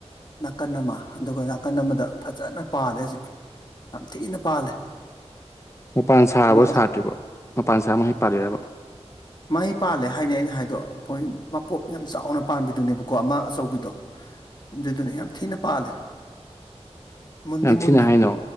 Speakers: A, on the left; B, on the left.
A: ꯅꯥꯀꯟ ꯑꯃ ꯑꯗꯨꯒ ꯅꯥꯀꯟ ꯑꯃꯗ ꯐꯖꯅ ꯄꯥꯜꯂꯦ ꯍꯧꯖꯤꯛ꯫ ꯌꯥꯝ ꯊꯤꯅ ꯄꯥꯜꯂꯦ꯫
B: ꯃꯄꯥꯟ ꯁꯥꯔꯕꯣ
A: ꯑꯃ
B: ꯁꯥꯗꯔꯤꯕꯣ ꯃꯄꯥꯟ ꯁꯥꯔ ꯃꯍꯩ ꯄꯥꯜꯂꯤꯔꯕ꯫
A: ꯃꯍꯩ ꯄꯥꯜꯂꯦ ꯍꯥꯏꯅꯦ ꯑꯩꯅ ꯍꯥꯏꯗꯣ ꯃꯄꯣꯞ ꯌꯥꯝ ꯆꯥꯎꯅ ꯄꯥꯝꯕꯤꯗꯨꯅꯦꯕꯀꯣ ꯑꯃ ꯑꯆꯧꯕꯤꯗꯣ ꯑꯗꯨꯗꯨꯅ ꯌꯥꯝ ꯊꯤꯅ ꯄꯥꯜꯂꯦ꯫ ꯃꯨꯟꯗꯤ
B: ꯌꯥꯝ ꯊꯤꯅ
A: ꯃꯨꯟꯗ꯭ꯔꯤ
B: ꯍꯥꯏꯅꯣ